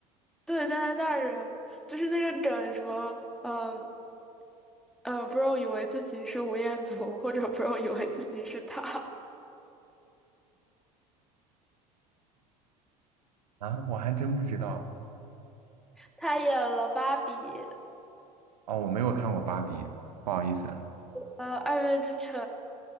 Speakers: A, in the centre; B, on the right.
A: 对加拿大人，就是那个梗什么，嗯嗯，bro 以为自己是吴彦祖，或者 bro 以为自己是他。
B: 啊，我还真不知道，
A: 他演了芭比，
B: 哦，我没有看过芭比，不好意思，
A: 呃，《爱乐之城》，